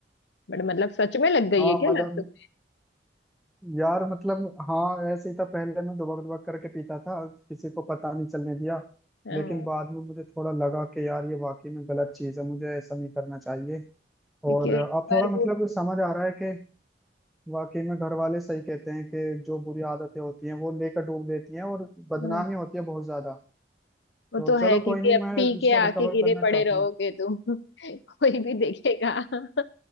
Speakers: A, on the left; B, in the centre.
A: बट मतलब सच में लग गई
B: हाँ
A: है क्या
B: मजा
A: लत तुम्हें
B: यार मतलब हाँ ऐसे ही था पहले मैं दुबक दुबक करके पीता था किसी को पता नहीं चलने दिया
A: हाँ
B: लेकिन बाद में मुझे थोड़ा लगा कि यार ये वाकई में गलत चीज़ है मुझे ऐसा नहीं करना चाहिए
A: क्योंकि
B: और अब
A: एक बार
B: थोड़ा मतलब
A: वो
B: समझ आ रहा है कि वाकई में घर वाले सही कहते हैं कि जो बुरी आदतें होती हैं वो लेकर डूब देती हैं और बदनामी
A: हम्म,
B: होती है बहुत ज्यादा
A: वो
B: तो
A: तो
B: चलो
A: है क्योंकि
B: कोई नहीं
A: अब
B: मैं
A: पी
B: इससे
A: के आके
B: रिकवर
A: गिरे
B: करना
A: पड़े
B: चाहता
A: रहोगे
B: हूँ
A: तुम <laughs> कोई भी देखेगा <laughs>